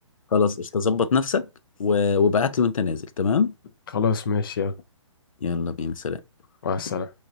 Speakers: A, on the left (about 85°); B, on the left (about 40°).
A: خلاص قشطة ظبط نفسك و... وابعت لي وانت نازل تمام
B: خلاص ماشي يلا
A: يلا بينا سلام
B: مع السلامة